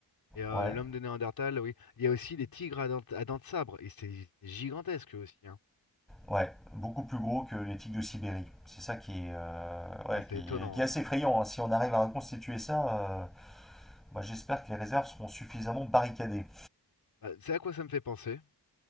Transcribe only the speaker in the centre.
ouais,
ouais. Beaucoup plus gros que les tiques de Sibérie. C'est ça qui est, euh, ouais,
qui
est, qui est
assez effrayant. hein. Si on arrive à reconstituer ça, euh, moi, j'espère que les réserves seront suffisamment barricadées.